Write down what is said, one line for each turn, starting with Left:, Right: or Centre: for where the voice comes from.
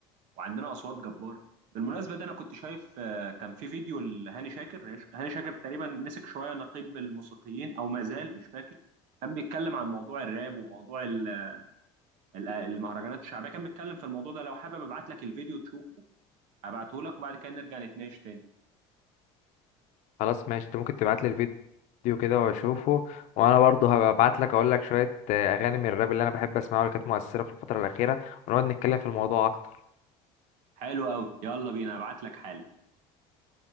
Right: وعندنا اصوات جباره بالمناسبه ده انا كنت شايف آه، كان في فيديو لهاني شاكر هاني شاكر تقريبا مسك شويه نقيب الموسيقيين او ما زال مش فاكر كان بيتكلم عن موضوع الراب وموضوع ال- ال- المهرجانات الشعبيه كان بيتكلم في الموضوع ده لو حابب ابعت لك الفيديو تشوفه ابعته لك وبعد كده نرجع نتناقش تاني
Left: خلاص ماشي انت ممكن تبعت لي الفيديو كده واشوفه وانا برضه هبقى ابعت لك اقول لك شويه آه، اغاني من الراب اللي انا بحب اسمعها واللي كانت مؤثره في الفتره الاخيره ونقعد نتكلم في الموضوع اكتر
Right: حلو قوي يلا بينا ابعت لك حالا